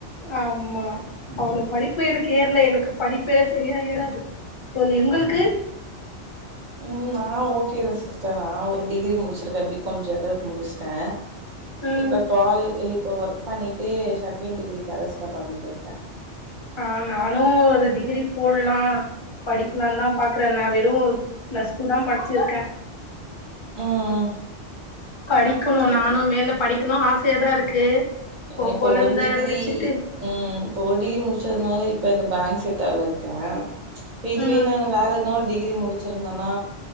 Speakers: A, on the left; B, on the right.
A: ஆமா அவளோ படிப்பு எனக்கு ஏறல எனக்கு படிப்பே சரியா ஏறாது தோழி உங்களுக்கு
B: ம் நா ஓகே தா சிஸ்டர் நா ஒரு டிகிரி முடிச்சிருக்க பிகாம் ஜென்ரல் முடிச்சுட்ட
A: ம்
B: இப்ப காலே இப்ப ஒர்க் பண்ணிட்டு செகண்ட் டிகிரி கரஸ்ல பண்ணிட்டு இருக்கே
A: ஆ நானு ஒரு டிகிரி போடலா படிக்கலான்தா பாக்குறே நா வெறு பிளஸ் டூ தா படிச்சிருக்க
B: ம்
A: படிக்கணு நானு
B: ம்
A: மேல படிக்கணு ஆசையாதா இருக்கு இப்போ
B: ஏன்னா இப்ப
A: கொழந்த
B: ஒரு டிகிரி
A: வச்சுட்டு
B: ம் இப்ப ஒரு டிகிரி முடிச்சதுனால இப்ப இந்த பேங்க் செக்ட்டார்ல இருக்க இப்ப இதுவே
A: ம்
B: நா வேற எதன டிகிரி முடிச்சிருந்தானா